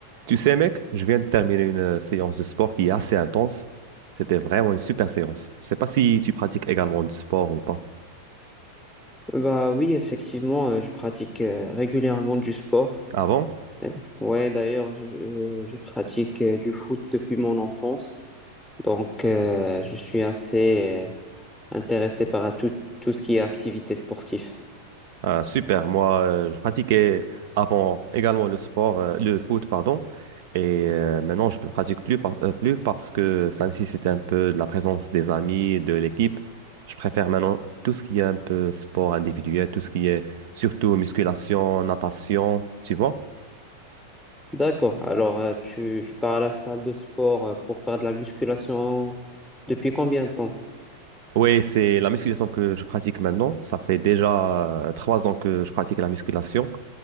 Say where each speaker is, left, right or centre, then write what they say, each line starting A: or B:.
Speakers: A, on the right (about 50°); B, in the centre.
A: Tu sais, mec, je viens de terminer une euh, séance de sport qui est assez intense. C'était vraiment une super séance. Je sais pas si tu pratiques également du sport ou pas.
B: Bah oui, effectivement, euh, je pratique euh, régulièrement du sport.
A: Avant, Ah, bon?
B: Euh, ouais, d'ailleurs, je, euh, je pratique euh, du foot depuis mon enfance. Donc, euh, je suis assez euh, intéressé par tout, tout ce qui est activité sportive.
A: Ah, super. Moi, euh, je pratiquais avant également le sport, euh, le foot, pardon. Et euh, maintenant, je ne le pratique plus, par- euh, plus parce que ça nécessite un peu de la présence des amis, de l'équipe. Je préfère maintenant tout ce qui est un peu sport individuel, tout ce qui est surtout musculation, natation, tu vois?
B: D'accord. Alors, euh, tu, tu pars à la salle de sport euh, pour faire de la musculation depuis combien de temps?
A: Oui, c'est la musculation que je pratique maintenant. Ça fait déjà euh, trois ans que je pratique la musculation.